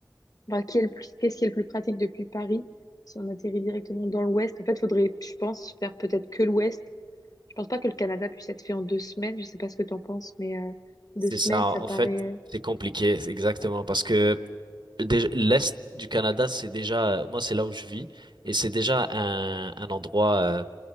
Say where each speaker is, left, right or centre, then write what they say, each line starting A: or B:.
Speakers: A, on the left (about 50°); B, on the right (about 80°).
A: enfin, qui est le plus, qu'est-ce qui est le plus pratique depuis Paris, si on atterrit directement dans l'ouest. En fait, faudrait, je pense, faire peut-être que l'ouest. Je pense pas que le Canada puisse être fait en deux semaines. Je sais pas ce que tu en penses, mais euh, deux
B: C'est
A: semaines,
B: ça,
A: ça
B: en
A: paraît.
B: fait,
A: euh,
B: c'est compliqué, c'est exactement, parce que déjà- l'Est du Canada, c'est déjà, moi, c'est là où je vis, et c'est déjà un, un endroit euh,